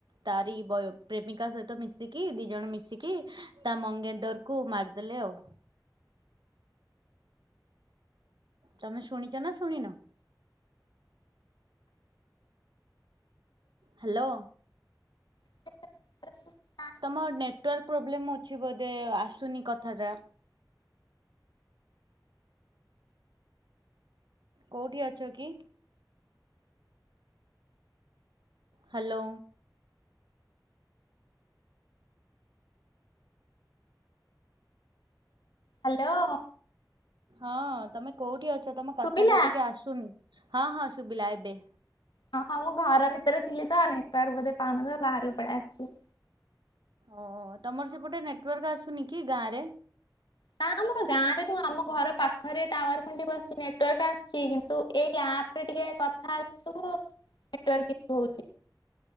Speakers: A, on the right (about 80°); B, on the left (about 80°).
A: ତାରି ବ ପ୍ରେମିକା ସହିତ ମିଶିକି ଦି ଜଣ ମିଶିକି ତା ମଙ୍ଗେନ୍ଦର କୁ ମାରଦେଲେ ଆଉ। ତମେ ଶୁଣିଚ ନା ଶୁଣିନ? ହାଲୋ।
B: <inaudible>
A: ତମ ନେଟୱାର୍କ ପ୍ରୋବ୍ଲେମ୍ ଅଛି ବୋଧେ ଆସୁନି କଥାଟା। କୋଉଠି ଅଛ କି? ହାଲୋ।
B: ହାଲୋ।
A: ହଁ ତମେ କୋଉଠି ଅଛ ତମ
B: ଶୁଭିଲା?
A: କଥା ଟା ଟିକେ ଆସୁନି ହଁ ହଁ ଶୁବିଲା ଏବେ।
B: ହଁ ହଁ ମୁଁ ଘର ଭିତରେ ଥିଲି ତ ନେଟୱର୍କ ବୋଧେ ପାଉନଥିବ ବାହାରକୁ ପଳେଇ ଆସିଲି।
A: ଓ ତମର ସେପଟେ ନେଟୱାର୍କ ଆସୁନି କି ଗାଁ ରେ?
B: ନା ଆମ ଗାଁ ରେ ନୁହ ଆମ ଘର ପାଖରେ ଟାୱାର ଖୁଣ୍ଟି ବସିଚି ନେଟୱାର୍କ ଆସଚି କିନ୍ତୁ ଏଇ ଆପ ରେ ଟିକେ କଥା ହେଲାଳୁ ନେଟୱର୍କ ଇଶୁ ହୋଉଚି।